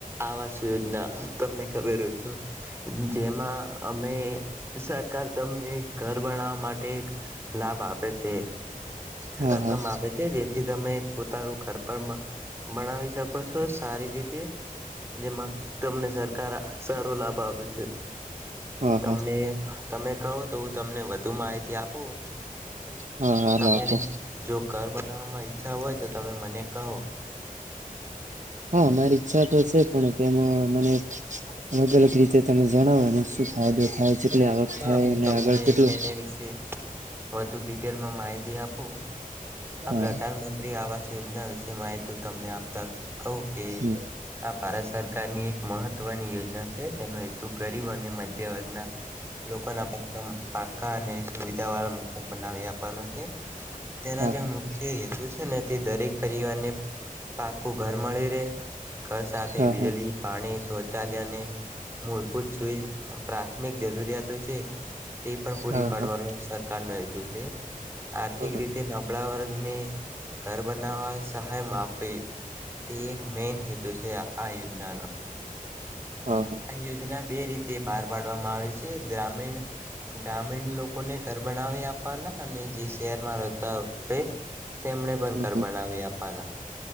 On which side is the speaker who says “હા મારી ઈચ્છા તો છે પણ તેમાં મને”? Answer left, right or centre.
Right